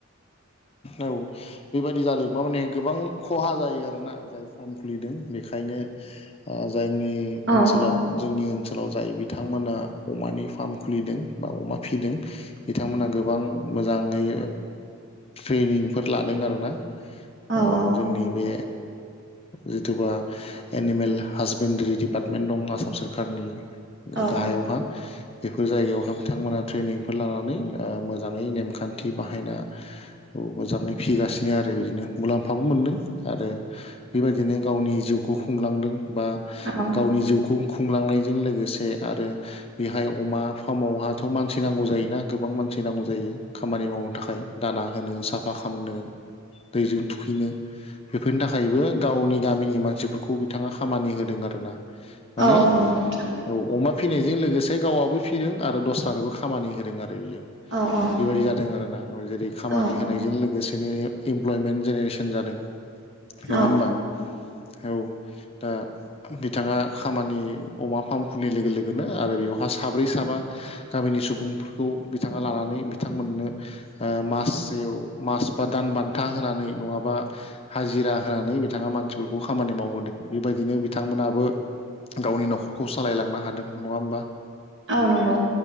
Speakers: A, on the left (about 30°); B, on the right (about 55°).
A: औ। बेबायाददि जादों माने गोबां खहा जायो आरोना जाय फार्म खुलिदों बेखायनो ओ जोंनि
B: औ
A: ओनसोलाव <unintelligible> जोंनि ओनसोलाव जाय बिथांमोना अमानि फार्म खुलिदों बा अमा फिदों बिथांमोना गो गोबां मोजाङै ट्रेनिंफोर लादों आरो ओ
B: औ
A: जोंनि बे जिथुबा एनिमेल हासबेन्ड्रि दिडिपार्टमेन्ट दं आसाम सोरखारनि
B: औ
A: गाहायावहा बेफोर जायगायावहाय बिथांमोनहा ट्रेनिंफोर लानानै मोजाङै नेमखान्थि बाहायना मोजाङै फिगासिनो बिनो आरो बिदिनो मुलाम्फाबो मोनदों आरो बेबायदिनो गावनि जिउखौ खुंलांदों बा
B: औ
A: गावनि जिउखौ खुंलांनायजों लोगोसे आरो बेहाय अमा फार्मावहाथ' मानसि नांगौ जायोना गोबां मानसि फुसिनांगौ जायो खामानि मावनो थाखाय दाना होनो साफा खालामनो। दैजों थुखैनो बेफोरनि थाखायबो गावनि गामिनि मानसिफोरखौ बिथाङा खामानि होदों आरोना। माने
B: औ नंगौ नोंथां।
A: औ अमा फिनायजों लोगोसे गावआबो फिदों आरो दस्रानोबो खामानि होदों आरो बियो।
B: औ औ
A: बेबायाददि जादों आरो ना जेरै खामानि
B: औ
A: होनायजों लोगोसेनो इमप्लयमेन्ट जेनेरेसन जादों नङा
B: औ
A: होमबा औ दा बिथाङा खामानि अमा फार्म खुलिनाय लोगो लोगोनो आरो बेवहााय साब्रै साबा गामिनि सुबुंफोरखौ बिथाङा लानानै बिथांमोननो मास मास बा दान बान्था होनानै नङाबा हाजिरा होनानै बिथाङा मानसिफोरखौ खामानि मावहोदों। बेबायदिनो बिथांमोनाबो गावनि न'खरखौ सालायलांनो हादों नङा होमबा।
B: औ नंगौ